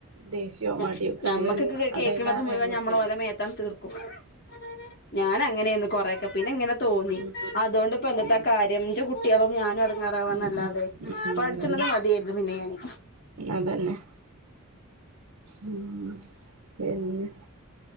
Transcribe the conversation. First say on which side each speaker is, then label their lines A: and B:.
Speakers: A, on the right (about 80°); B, on the left (about 50°).
A: ദേശ്യോം
B: ഞ
A: മടിയോക്കായല്
B: ഞമ്മക്കൊക്കെ കേൾക്കണത്
A: അതയ്ലേറേണ്
B: മുഴുവൻ
A: കുട്ട്യേള്
B: ഞമ്മള് ഓലെ <unintelligible> ഞാൻ അങ്ങനെയ്ന്നു കൊറെക്കെ പിന്നെ ങ്ങനെ തോന്നി
A: ഉം
B: അതോണ്ട് പ്പോ എന്തത്ത
A: ഉം
B: കാര്യം കുട്ടികളും ഞാനും എടങ്ങേറാവാന്നല്ലാതെ
A: ഉം ഉം
B: പഠിച്ചണത്
A: ഉം
B: മതിയായിരുന്നു പിന്നെ ഞാന്
A: അതെന്നെ ഉം അതെന്നെ ഉം പിന്നെ